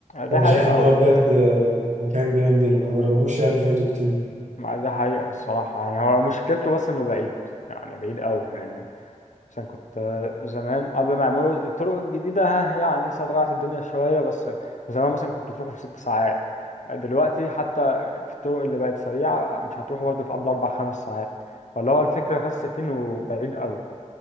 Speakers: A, on the left (about 70°); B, on the right (about 70°).
A: ده
B: فأنا
A: حقيقة
B: شايف إن
A: و...
B: هو بجد مكان جامد اللي ما جربوش يعني فايته كتير
A: ده حقيقة الصراحة يعني هو مشكلته بس إنه بعيد يعني بعيد أوي يعني عشان كنت آه، زمان قبل ما يعملوا الطرق الجديدة ها يعني سرعت الدنيا شوية بس زمان مثلا كنت بتروحوا في ست ساعات دلوقتي حتى في الطرق اللي بقت سريعة مش هتروحوا برضه في قبل أربع خمس ساعات فاللي هو الفكرة بس فين وبعيد أوي